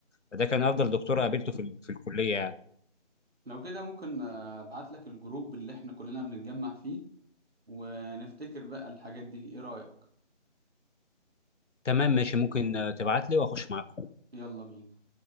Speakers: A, on the left; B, on the right.
A: فده كان افضل دكتور قابلته في ال- في الكليه يعني
B: لو كده ممكن آه، أبعت لك الجروب اللي احنا كلنا بنتجمع فيه ونفتكر بقى الحاجات دي ايه رأيك
A: تمام ماشي ممكن آه، تبعت لي واخش معاك
B: يلا بينا